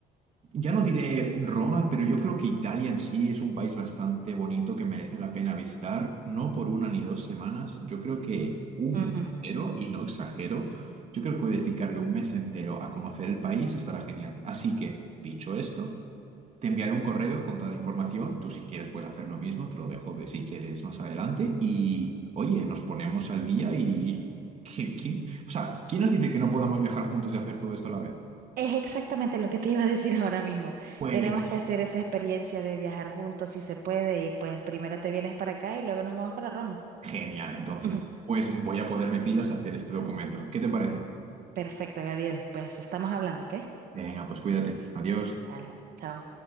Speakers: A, on the right; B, on the right.
A: Ya no diré Roma, pero yo creo que Italia en sí es un país bastante bonito que merece la pena visitar, no por una ni dos semanas, yo creo que un
B: Ujú.
A: mes entero, y no exagero, yo creo que puedes dedicarle un mes entero a conocer el país, estará genial. Así que, dicho esto, te enviaré un correo con toda la información, tú si quieres puedes hacer lo mismo, te lo dejo de si quieres más adelante, y oye, nos ponemos al día y... ¿Qui- qui- O sea, ¿quién nos dice que no podamos viajar juntos y hacer todo esto a la vez?
B: Es exactamente lo que te iba a decir ahora mismo.
A: Pues...
B: Tenemos que hacer esa experiencia de viajar juntos si se puede y pues primero te vienes para acá y luego nos vamos para Roma.
A: Genial, entonces.
B: <laughs>
A: Pues voy a ponerme pilas a hacer este documento. ¿Qué te parece?
B: Perfecto, Gabriel. Pues estamos hablando, ¿ok?
A: Venga, pues cuídate. Adiós.
B: Vale, chao.